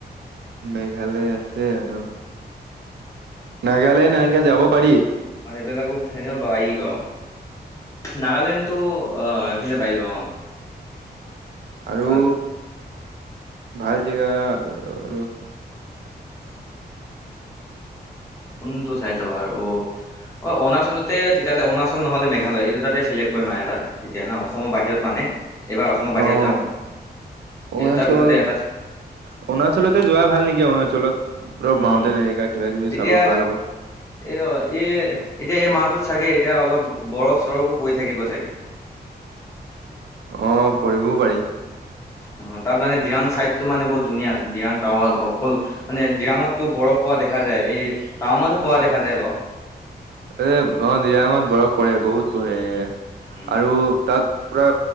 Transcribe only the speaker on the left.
এইবলোককো ভেনে ব আহ বাও। নাগালেণ্ডতটো আহ এইফিনে পাৰিব অ।
তাত
কোনটো চাই থবা আৰু। অ অৰুণাচলতে তেতিয়াহলে অৰুণাচল নহলে মেঘালয় এইটো তাতে চিলেক্ট কৰিম আৰু তাতে তেতিয়া না অসমৰ বাহিৰত মানে। এইবাৰ অসমৰ বাহিৰত
যাম।
এই দুটাৰ ভিতৰতে এটা
উম
এতিয়া
এ অ এ এতিয়া এই মাহটো। চাগে এতিয়া অলপ বৰফ চৰফো পৰি থাকিব চাগে।
অ তাত মানে দিৰাং চাইডতটো মানে বহুত ধুনীয়া ডিৰাং টাৱাত অকল মানে দিৰাঙতটো বৰফ পোৱা দেখা যায় এই টাৱঙতো পোৱা দেখা যায় বাৰ।
উম